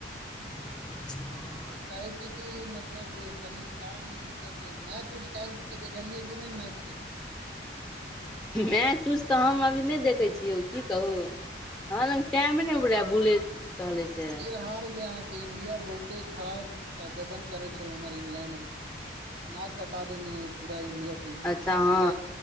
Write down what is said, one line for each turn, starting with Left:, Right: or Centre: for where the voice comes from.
Centre: <unintelligible>
Right: कहै छी कि मतलब कनि काम मतलब मैच उच कल देखलियै कि नहि मैचके
Centre: मैच उूच त हम अभी नहि देखे छियै की कहु हमरा लग टाम ने पूरा बुलै हले से।
Right: फिर हार ले आके के इंडिया बहुते खराब प्रदर्शन करे छैय उधर इंग्लैंड मे नक कटा देने पूरा इंडिया टीम के
Centre: अच्छा
Right: इंडिया
Centre: ह